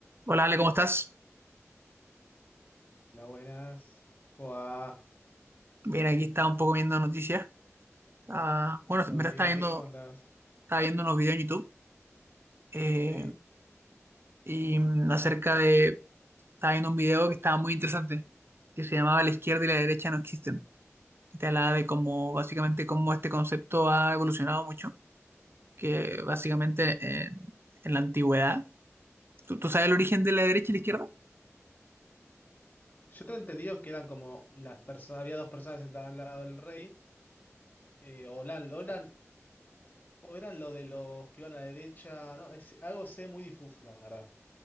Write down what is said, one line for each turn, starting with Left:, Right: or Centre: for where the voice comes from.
Right: Hola Ale, ¿cómo estás?
Left: Hola, buenas. ¿Cómo va?
Right: Bien, aquí estaba un poco viendo noticias. Ah, bueno,
Left: ¿Todo
Right: en verdad
Left: bien,
Right: estaba
Left: Gris?
Right: viendo,
Left: ¿Cómo andás?
Right: estaba viendo unos videos en YouTube eh,
Left: Sí.
Right: y mm, acerca de... Estaba viendo un video que estaba muy interesante, que se llamaba La izquierda y la derecha no existen. Y te hablaba de cómo, básicamente, cómo este concepto ha evolucionado mucho, que básicamente en, en la antigüedad... ¿Tú, tú sabes el origen de la derecha y la izquierda?
Left: Yo tengo entendido que eran como las personas, había dos personas sentadas al lado del rey, eh, o, eran, o eran, o eran lo de los que iban a la derecha, no, es, algo sé muy difuso, la verdad.